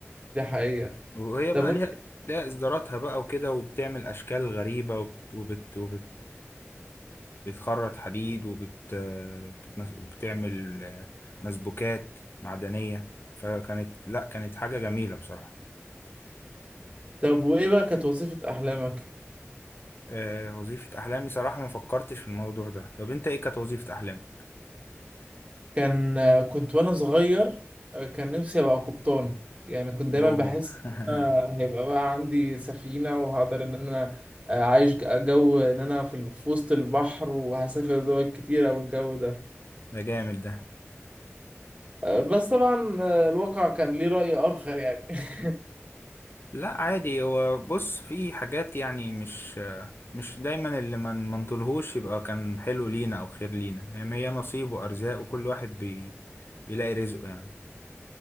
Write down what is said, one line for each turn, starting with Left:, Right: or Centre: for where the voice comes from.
Right: دي حقيقة
Left: وهي
Right: طب
Left: بقى
Right: وانت
Left: ليها ليها إصداراتها بقى وكده وبتعمل أشكال غريبة وبت وبت, وبت... بتخرط حديد وبت بتمس- بتعمل مسبوكات معدنية فكانت لا كانت حاجة جميلة بصراحة
Right: طب وايه بقى كانت وظيفة احلامك
Left: آه، وظيفة أحلامي صراحة ما فكرتش في الموضوع ده طب أنت إيه كانت وظيفة أحلامك؟
Right: كان كنت وانا صغير آه، كان نفسي ابقى قبطان يعني كنت
Left: أوه
Right: دايما بحس
Left: <laughs>
Right: إن أنا هيبقى بقى عندي سفينة وهقدر ان انا عايش جو ان انا في في وسط البحر وهسافر دول كتيرة والجو ده
Left: ده جامد ده
Right: آه، بس طبعا آه، الواقع كان ليه رأي آخر يعني <laughs>
Left: لا عادي هو بص في حاجات يعني مش مش دايما اللي ما من منطلهوش يبقى كان حلو لينا او خير لينا يعني هي نصيب وارزاق وكل واحد بي بيلاقي رزقه يعني